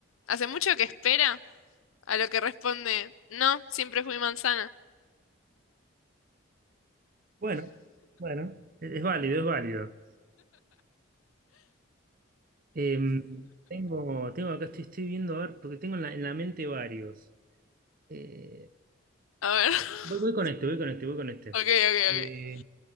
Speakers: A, on the left; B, on the right.
A: ¿hace mucho que espera? A lo que responde, no, siempre fui manzana.
B: Bueno, bueno, es, es válido, es válido. Em, tengo, tengo acá, estoy, estoy viendo, a ver, porque tengo en la, en la mente varios. Eh,
A: A ver. <laughs>
B: voy, voy con este, voy con este, voy con este.
A: Ok, ok,
B: Eh,
A: ok.